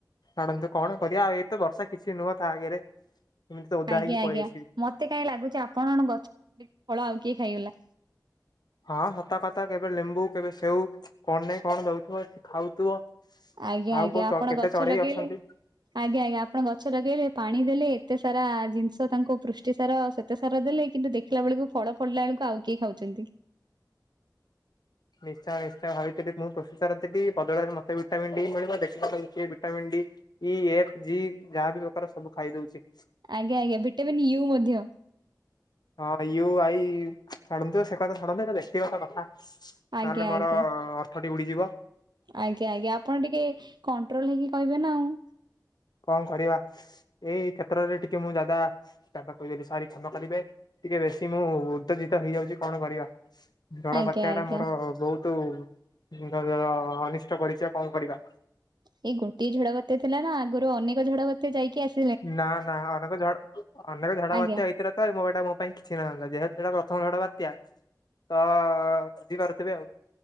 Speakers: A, on the left (about 70°); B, on the right (about 80°).
A: ଛାଡ଼ନ୍ତୁ କଣ କରିବା। ଏଇତ ବର୍ଷ କିଛି ନୁହଁ ତା ଆଗରେ। ଏମିତି ତ ଓଦା
B: ଆଜ୍ଞା
A: ହେଇକି
B: ଆଜ୍ଞା।
A: ପଳେଇ ଆସିବି।
B: ମତେ କାହିଁ ଲାଗୁଛି ଆପଣଙ୍କ ଗଛ ଫଳ ଆଉ କିଏ ଖାଇଗଲା।
A: ହଁ, ସତ କଥା। କେବେ ଲେମ୍ବୁ, କେବେ ସେଉ କଣ ନାଇ କଣ ଦଉଥିବ ସେ ଖାଉଥିବ।
B: ଆଜ୍ଞା
A: ଆଉ
B: ଆଜ୍ଞା
A: କୋଉ
B: ଆପଣ
A: କେତେ
B: ଗଛ
A: ଚଢେଇ
B: ଲଗେଇଲେ
A: ଅଛନ୍ତି।
B: ଆଜ୍ଞା ଆଜ୍ଞା। ଆପଣ ଗଛ ଲଗେଇଲେ, ପାଣି ଦେଲେ, ଏତେ ସାରା ଜିନିଷ ତାଙ୍କୁ ପୃଷ୍ଟିସାର ଶ୍ୱେତସାର ଦେଲେ, କିନ୍ତୁ ଦେଖ ଦେଖିଲା ବେଳକୁ ଫଳ ଫଳିଲା ବେଳକୁ, ଆଉ କିଏ ଖାଉଛନ୍ତି।
A: ନିଶ୍ଚୟ ନିଶ୍ଚୟ ଭାବିଥିଲି, ମୁଁ ପ୍ରୋସେସର ଥିଲି ବଦଳରେ ମତେ ଭିଟାମିନ ଡି ମିଳିବ ଦେଖିବାକୁ କିଏ ଭିଟାମନ୍ ଡି ଇ ଏଫ୍ ଯି ଯାହା ବିି ପ୍ରକାର, ସବୁ ଖାଇଦଉଛି।
B: ଆଜ୍ଞା ଆଜ୍ଞା ଭିଟାମିନ୍ ୟୁ ମଧ୍ୟ।
A: ହଁ ୟୁ ଆଇ ଛାଡ଼ନ୍ତୁ ସେ କଥା ଛାଡ଼ନ୍ତୁ ହେ ବ୍ୟକ୍ତିଗତ କଥା।
B: ଆଜ୍ଞା
A: ନହେଲେ ମୋର
B: ଆଜ୍ଞା
A: ଅର୍ଥଟି ଉଡ଼ିଯିବ।
B: ଆଜ୍ଞା ଆଜ୍ଞା ଆପଣ ଟିକେ କଣ୍ଟ୍ରୋଲ ହେଇକି କହିବେ ନା ଆଉ।
A: କଣ କରିବା ଏଇ କ୍ଷେତ୍ରରେ ଟିକେ ମୁଁ ଯାଦା ଯାଦା କହିଦେଲି ସରି କ୍ଷମା କରିବେ। ଟିକେ ବେଶୀ ମୁଁ ଉତ୍ତେଜିତ ହେଇଯାଉଛି କଣ କରିବା। ଝଡ଼
B: ଆଜ୍ଞା
A: ବାତ୍ୟା
B: ଆଜ୍ଞା
A: ଟା ମୋର ବହୁତ ଯଅ ଅନିଷ୍ଟ କରିଛି ଆଉ କଣ କରିବା।
B: ଏଇ ଗୋଟିଏ ଝଡ ବାତ୍ୟା ଥିଲା ନା ଆଗରୁ ଅନେକ ଝଡ ବାତ୍ୟା ଯାଇକି ଆସି
A: ନା ନା ଅନେକ ଝଡ଼ ଅନେକ ଝଡ଼
B: ଆଜ୍ଞା
A: ବାତ୍ୟା ଅଇ ହେଇଥିଲେ ତ ଏଇ ମୋ ଏଇଟା ମୋ ପାଇଁ କିଛି ହେଇନଥାନ୍ତା ଯେହେତୁ ଏଇଟା ପ୍ରଥମ ଝଡ଼ ବାତ୍ୟା ତ ବୁଝିପାରୁଥିବେ ଆଉ